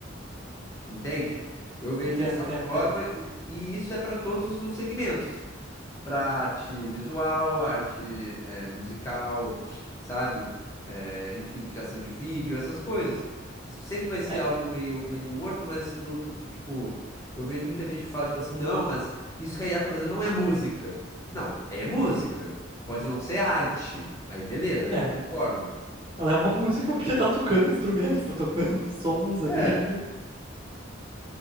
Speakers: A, on the left; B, on the right.
A: entende? Eu vejo
B: entendo,
A: dessa
B: entendo,
A: forma
B: entendo.
A: e e isso é para todos os segmentos para arte visual, arte eh, musical, sabe? Eh, enfim, criação de vídeo, essas coisas. S- Sempre vai ser
B: É,
A: algo meio, meio morto, mas, não, tipo, eu vejo muita gente que fala, tipo assim, não, mas isso que a IA tá fazendo não é música. Não, é música. Pode não ser arte. Aí, beleza, aí
B: é,
A: eu concordo.
B: ela é uma música porque tá tocando instrumentos, tá tocando sons
A: É,
B: ali que,